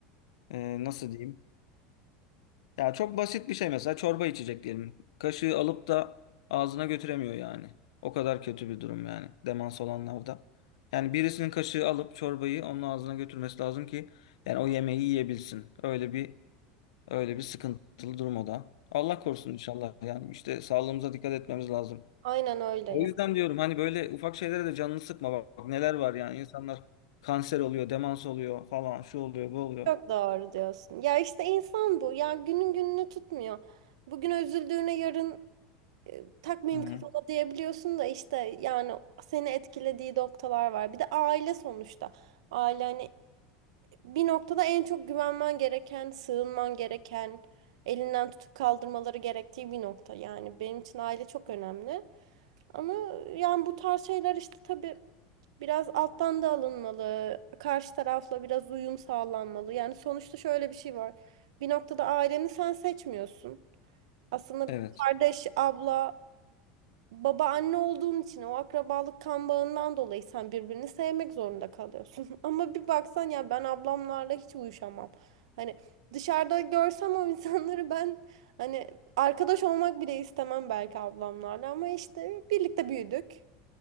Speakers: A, on the left; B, on the right.
A: E, nasıl diyeyim? Ya çok basit bir şey mesela çorba içecek diyelim. Kaşığı alıp da ağzına götüremiyor yani. O kadar kötü bir durum yani demans olanlarda. Yani birisinin kaşığı alıp çorbayı onun ağzına götürmesi lazım ki yani o yemeği yiyebilsin. Öyle bir öyle bir sıkıntılı durum o da. Allah korusun inşallah. Yani işte sağlığımıza dikkat etmemiz lazım.
B: Aynen öyle
A: O
B: ya.
A: yüzden diyorum hani böyle ufak şeylere de canını sıkma bak, bak neler var yani insanlar kanser oluyor, demans oluyor falan şu oluyor, bu oluyor.
B: Çok doğru diyorsun. Ya işte insan bu. Ya günün gününü tutmuyor. Bugün üzüldüğüne yarın e, takmayayım
A: Hı hı.
B: kafama diyebiliyorsun da işte yani seni etkilediği noktalar var. Bir de aile sonuçta. Aile hani bir noktada en çok güvenmen gereken, sığınman gereken, elinden tutup kaldırmaları gerektiği bir nokta. Yani benim için aile çok önemli. Ama yani bu tarz şeyler işte tabii biraz alttan da alınmalı. Karşı tarafla biraz uyum sağlanmalı. Yani sonuçta şöyle bir şey var. Bir noktada aileni sen seçmiyorsun. Aslında
A: Evet.
B: kardeş, abla, baba anne olduğun için o akrabalık kan bağından dolayı sen birbirini sevmek zorunda kalıyorsun. <laughs> Ama bir baksan ya ben ablamlarla hiç uyuşamam. Hani dışarıda görsem o insanları ben hani arkadaş olmak bile istemem belki ablamlarla ama işte birlikte büyüdük.